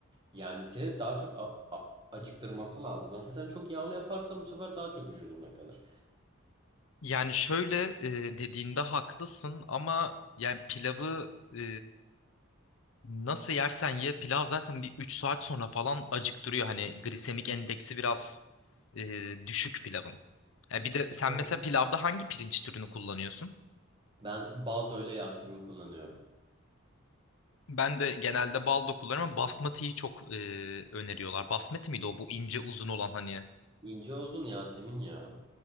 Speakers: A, on the right (about 25°); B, on the left (about 70°).
A: Yani seni daha çok a- a- acıktırması lazım. Zaten sen çok yağlı yaparsan bu sefer daha çok vücudunda kalır.
B: Yani şöyle e, dediğinde haklısın ama yani pilavı e, nasıl yersen ye pilav zaten bir üç saat sonra falan acıktırıyor. Hani glisemik endeksi biraz e, düşük pilavın. Ya bir de sen
A: Evet.
B: mesela pilavda hangi pirinç türünü kullanıyorsun?
A: Ben baldo ile Yasemin kullanıyorum.
B: Ben de genelde baldo kullanıyorum ama basmatiyi çok e, öneriyorlar. Basmati miydi o bu ince uzun olan hani
A: İnce uzun Yasemin ya.